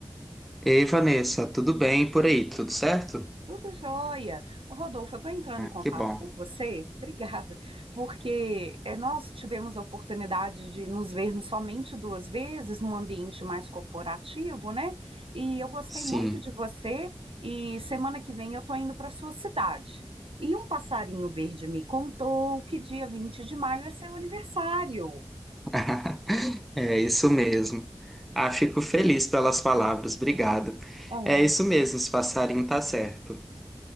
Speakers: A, in the centre; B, on the right.
A: Ei, Vanessa, tudo bem por aí? Tudo certo?
B: Tudo jóia. Ô, Rodolfo, eu estou entrando
A: Ah,
B: em contato
A: que bom.
B: com você, <laughs> obrigada, porque eh, nós tivemos a oportunidade de nos vermos somente duas vezes num ambiente mais corporativo, né? E eu gostei
A: Sim,
B: muito de você. E semana que vem eu estou indo para sua cidade. E um passarinho verde me contou que dia 20 de maio é seu aniversário.
A: <laughs> é isso mesmo. Ah, fico feliz pelas palavras, obrigado.
B: Ah,
A: É isso mesmo, esse passarinho tá certo.